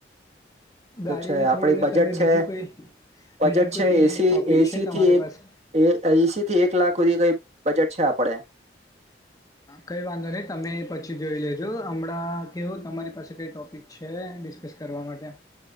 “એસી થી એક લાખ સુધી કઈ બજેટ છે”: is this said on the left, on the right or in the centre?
Right